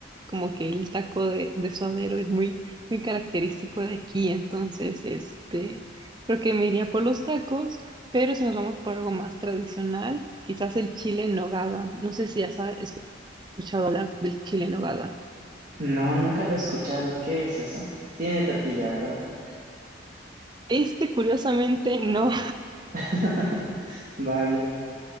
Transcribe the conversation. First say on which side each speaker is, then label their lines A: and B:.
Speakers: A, on the right; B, on the right.
A: como que el taco de, de suadero es muy, muy característico de aquí, entonces este, creo que me iría por los tacos, pero si nos vamos por algo más tradicional, quizás el chile en nogada. No sé si has escuchado hablar del chile en nogada.
B: No, nunca lo he escuchado. ¿Qué es eso? Tiene tortilla, ¿verdad?
A: Este, curiosamente, <laughs> no.
B: <laughs> Vaya,